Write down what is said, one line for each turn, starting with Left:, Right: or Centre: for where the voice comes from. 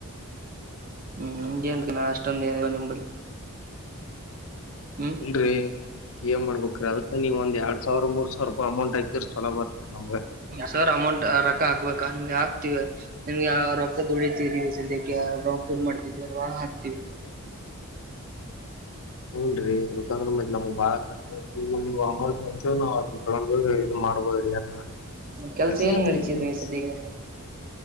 Right: ಹುಂ ಹಂಗ ಏನ್ ಅಷ್ಟೊಂದ ಏನಿಲ್ಲಾ ನಂಬಲಿ ಹ್ಮ್
Left: ಇಲ್ರಿ. ಎ ಮಾಡ್ಬೇಕ್ರೀ ಅದಕ್ಕ ನೀವ ಒಂದ ಎಡ್ ಸಾವಿರ ಮೂರ್ ಸಾವಿರ ರೂಪ ಅಮೌಂಟ್ ಹಾಕಿರ್ ಚಲೋ ಬರ್ತರಿಮಗೆ
Right: ಸರ್ ಅಮೌಂಟ್ ಆ ರೊಕ್ಕ ಹಾಕ್ಬೇಕು ಹಾಕ್ತಿವ ನಿಮ್ಗೆ ರೊಕ್ಕದ ದುಡತಿದೀವಿ ಸದ್ಯಕ್ಕೆ ರೋಕ್ ಮಾಡ್ತಿದವಲ್ವಾ ಹಾಕ್ತಿವಿ.
Left: ಹುಂ ನರೀ <unintelligible> ನಮಗ್ ಬಾಳ ಕ ಅಮೌಂಟ್ ಮಂಚ ನಾವು ಅದ ತೊಗೊಂಡ ಇದ ಮಾಡ್ಬೋದ್ರಿ ಅ
Right: ಕೆಲ್ಸ
Left: <unintelligible>
Right: ಏನ್ ನಡಸಿದ್ರಿ ಸದ್ಯಕ್ಕೆ
Left: ಈಗ